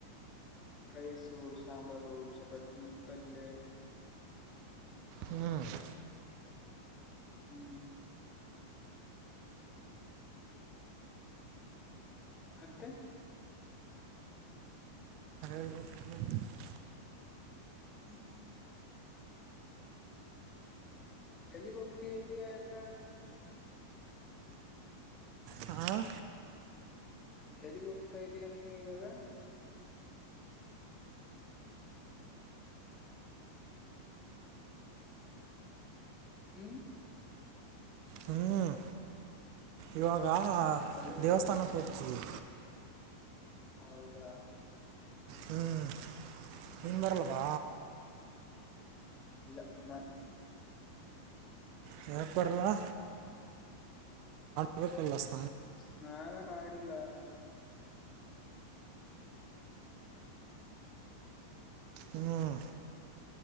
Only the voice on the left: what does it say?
ರೈಸು ಸಾಂಬಾರು ಚಪಾತಿ ಪಲೆ
ಹ್ಮ್ ಮತ್ತೆ
<unintelligible> ಎಲ್ಲಿಗ್ ಹೋಗ್ತಾ ಇದೆಯಾ ಈಗ
ಎಲ್ಲಿಗ್ ಹೋಗ್ತಾ ಇದೀಯಾ ನೀನು ಇವಾಗ ಹ್ಮ್
ಹಲೋ
ಹೌದಾ
ಇಲ್ಲ ನಾ
ಸ್ನಾನ ಮಾಡಿಲ್ಲಾ